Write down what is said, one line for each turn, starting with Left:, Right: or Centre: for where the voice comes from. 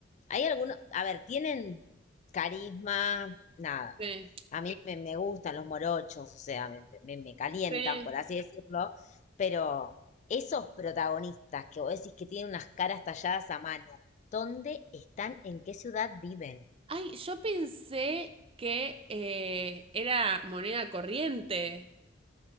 Left: Hay algunos, a ver, tienen carisma, nada.
Right: Sí,
Left: A mí me, me gustan los morochos, o sea, me, me- me calientan,
Right: sí.
Left: por así decirlo, pero esos protagonistas que vos decís que tienen unas caras talladas a mano, ¿dónde están? ¿En qué ciudad viven?
Right: Ay, yo pensé que eh, era moneda corriente.